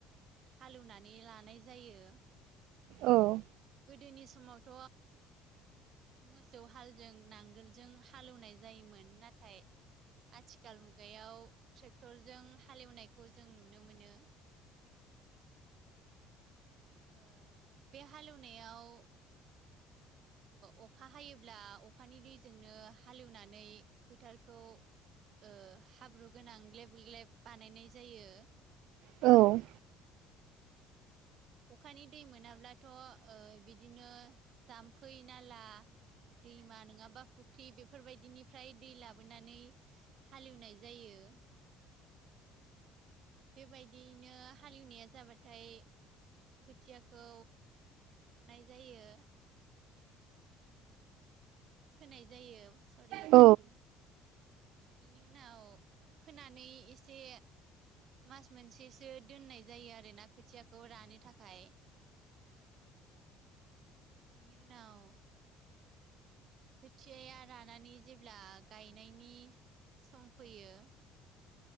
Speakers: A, on the right (about 40°); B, on the right (about 65°).
A: हालेवनानै लानाय जायो,
B: औ
A: गोदोनि समावथ' मोसौ हालजों नांगोलजों हालौवनाय जायोमोन नाथाय आथिखाल मुगायाव ट्रेक्टरजों हालेवनायखौ जों नुनो मोनो। ओ बे हालेवनायाव अखा हायोब्ला अखानि दैजोंनो हालेवनानै फोथारखौ ओ हाब्रु गोनां ग्लेब ग्लेब बानायनाय जायो
B: औ
A: अखानि दै मोनाब्लाथ' बिदिनो जाम्फै नाला दैमा नङाबा फुख्रि बेफोरबायदिनिफ्राय दै लाबोनानै हालेवनाय जायो गो बेबायदियैनो हालेवनाया जाबाथाय खोथियाखौ फुनाय जायो फोनाय जायो सरि
B: औ
A: बावदो बेनि उनाव फोनानै एसे मास मोनसेसो दोननाय जायो आरो ना खोथियाखौ रानो थाखाय बिनि उनाव खोथियाया रानानै जेब्ला गायनायनि समफैयो